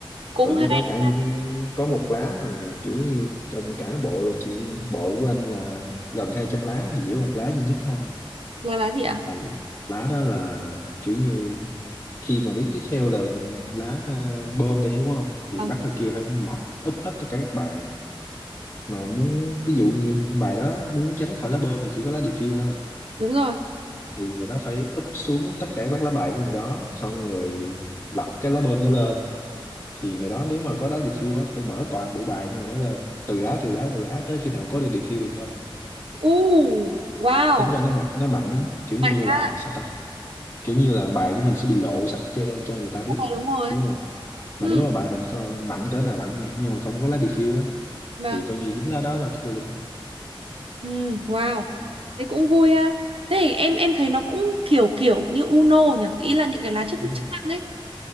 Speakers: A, on the right; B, on the left.
A: cũng
B: rồi nó
A: hay
B: có cả những có một lá mà kiểu như trong cả bộ luôn chị bộ của anh là gần 200 lá thì chỉ có một lá duy nhất thôi
A: là lá gì ạ
B: là lá đó là kiểu như khi mà biết tiếp theo là lá ờ, bơm đi đúng không thì
A: vâng
B: bắt người kia phải mở úp hết tất cả các bài mà muốn ví dụ như bài đó muốn tránh khỏi lá bơm thì chỉ có lá refill thôi
A: đúng rồi
B: thì người đó phải úp xuống tất cả các lá bài của người đó xong người lật cái lá bơm nó lên thì người đó nếu mà có đá refill á phải mở toàn bộ bài của người đó lên từ lá từ lá từ lá tới khi nào có được refill thì thôi
A: u wow
B: tính ra nó mạnh nó mạnh á kiểu như
A: mạnh ra
B: là sao ta kiểu như là bài của mình sẽ bị lộ sạch trơn cho người ta biết
A: rồi, đúng rồi
B: đúng không mà
A: ừ
B: nếu mà bài mình kho- mạnh cỡ nào mạnh nha nhưng mà không có lá refill á
A: vâng
B: thì coi như dính lá đó là thua luôn
A: Ừ, wow.
B: Ừ,
A: Thế cũng vui ha. Thế thì em em thấy nó cũng kiểu kiểu như Uno nhỉ, ý là những cái lá chức
B: đúng không
A: chức năng ấy.